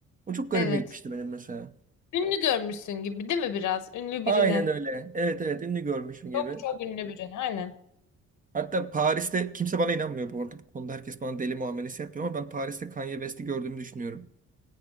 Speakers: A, on the right; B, on the left.
A: O çok garibime
B: Evet.
A: gitmişti benim mesela.
B: Ünlü görmüşsün gibi değil mi biraz? Ünlü
A: Aynen
B: birine.
A: öyle. Evet evet ünlü görmüşüm gibi.
B: Çok çok ünlü birine. Aynen.
A: Hatta Paris'te kimse bana inanmıyor bu arada. Bu konuda herkes bana deli muamelesi yapıyor ama ben Paris'te Kanye West'i gördüğümü düşünüyorum.